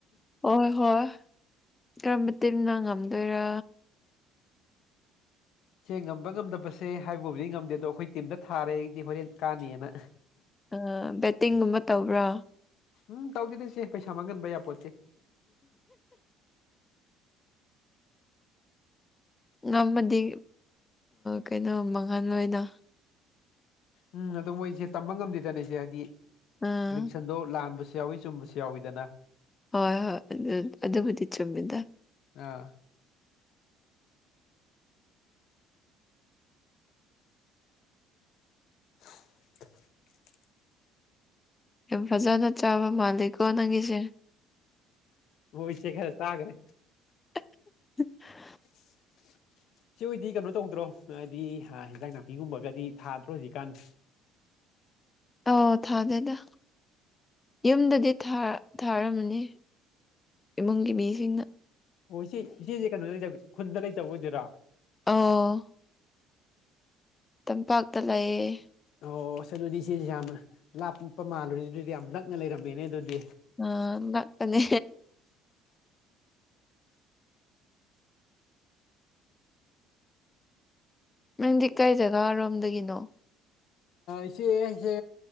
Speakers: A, on the left; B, on the left.
A: ꯍꯣꯏ ꯍꯣꯏ ꯀꯔꯝꯕ ꯇꯤꯟꯟꯅ ꯉꯝꯗꯣꯏꯔꯥ
B: ꯁꯦ ꯉꯝꯕ ꯉꯝꯗꯕꯁꯦ ꯍꯥꯏꯕꯕꯨꯗꯤ ꯉꯝꯗꯦ ꯑꯗꯣ ꯑꯩꯈꯣꯏ ꯇꯤꯝꯗ ꯊꯥꯔꯦ ꯑꯩꯗꯤ ꯍꯣꯔꯦꯟ ꯀꯥꯅꯑꯅ
A: ꯑ ꯕꯦꯠꯇꯤꯡꯒꯨꯝꯕ ꯇꯧꯕ꯭ꯔꯥ
B: ꯎꯝ ꯇꯧꯗꯗꯁꯦ ꯄꯩꯁꯥ ꯃꯥꯡꯍꯟꯕ ꯌꯥꯄꯣꯠꯁꯦ
A: ꯉꯝꯃꯗꯤ ꯀꯩꯅꯣ ꯃꯉꯜ ꯑꯣꯏꯅ
B: ꯎꯝ ꯑꯗ ꯃꯣꯏꯁꯦ ꯇꯝꯕ ꯉꯝꯗꯦꯗꯅꯁꯦ ꯍꯥꯏꯗꯤ
A: ꯑꯥ
B: ꯄꯁꯟ ꯑꯗꯣ ꯂꯥꯟꯕꯁꯨ ꯌꯥꯎꯏꯤ ꯆꯨꯝꯕꯁꯨ ꯌꯥꯎꯏꯤꯗꯅ
A: ꯍꯣꯏ ꯍꯣꯏ ꯑꯗꯨ ꯑꯗꯨꯕꯨꯗꯤ ꯆꯨꯝꯃꯤꯗ
B: ꯑ <unintelligible>
A: ꯌꯥꯝ ꯐꯖꯅ ꯆꯥꯕ ꯃꯥꯂꯀꯣ ꯅꯪꯒꯤꯁꯦ
B: ꯕꯣꯏꯁꯦ ꯈꯔ ꯇꯥꯒ꯭ꯔꯦ
A: <unintelligible>
B: <inaudible> ꯁꯤ ꯑꯣꯏꯗꯤ ꯀꯩꯅꯣ ꯇꯧꯗ꯭ꯔꯣ ꯍꯥꯏꯗꯤ ꯍꯤꯟꯖꯥꯡ ꯅꯥꯄꯤꯒꯨꯝꯕꯒꯗꯤ ꯊꯥꯗ꯭ꯔꯣ ꯍꯧꯖꯤꯛꯀꯥꯟ
A: ꯑꯧ ꯊꯥꯗꯦꯗ ꯌꯨꯝꯗꯗꯤ ꯊꯥꯔꯝꯃꯅꯤ ꯏꯃꯨꯡꯪꯒꯤ ꯁꯤꯡꯅ
B: ꯑꯣ ꯏꯆꯦ ꯏꯆꯦꯁꯦ ꯀꯩꯅꯣꯗ ꯂꯩꯇꯕ ꯈꯨꯟꯗ ꯂꯩꯇꯕ ꯑꯣꯏꯗꯣꯏꯔꯥ
A: ꯑꯣ ꯇꯝꯄꯥꯛꯇ ꯂꯩꯌꯦ
B: ꯑꯣ ꯑꯁ ꯑꯗꯨꯗꯤ ꯁꯤꯁꯦ ꯌꯥꯝ ꯂꯥꯞꯄ ꯃꯥꯜꯂꯨꯔꯅꯦ ꯑꯗꯨꯗꯤ ꯌꯥꯝ ꯅꯛꯅ ꯂꯩꯔꯝꯃꯦꯅꯦ ꯑꯗꯨꯗꯤ
A: ꯑꯥꯛꯇꯅꯦ ꯅꯪꯗꯤ ꯀꯩꯗꯅꯔꯣꯝꯗꯒꯤꯅꯣ
B: ꯏꯆꯦ ꯑꯩꯁꯦ